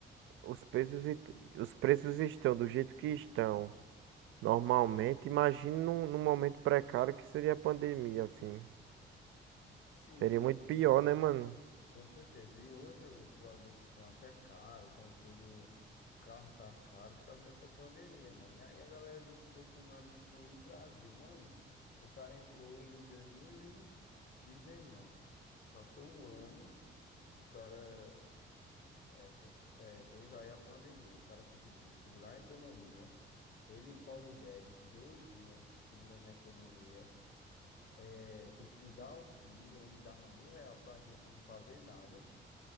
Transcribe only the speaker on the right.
os preços, e- os preços estão do jeito que estão, normalmente, imagine num, num momento precário que seria a pandemia, assim.
Seria muito pior, né, mano?